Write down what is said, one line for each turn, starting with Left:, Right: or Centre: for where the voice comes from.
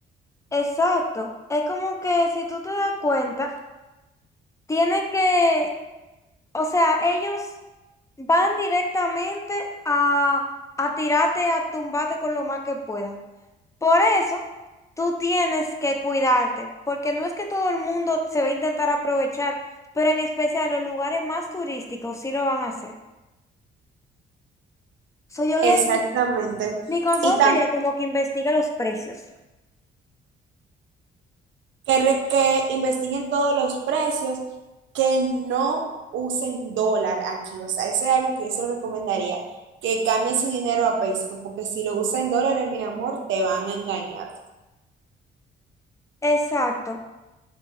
Left: Exacto, es como que si tú te das cuenta, Tiene que, o sea, ellos van directamente a, a tirarte, a tumbarte con lo más que puedan. Por eso, tú tienes que cuidarte, porque no es que todo el mundo se va a intentar aprovechar, pero en especial los lugares más turísticos sí lo van a hacer. So, yo le,
Right: Exactamente.
Left: mi mi consejo
Right: Y también
Left: sería como que investigue los precios.
Right: que, re- que investiguen todos los precios, que no usen dólar aquí. O sea, eso es algo que yo se lo recomendaría, que cambien su dinero a peso, porque si lo usan en dólares, mi amor, te van a engañar.
Left: Exacto.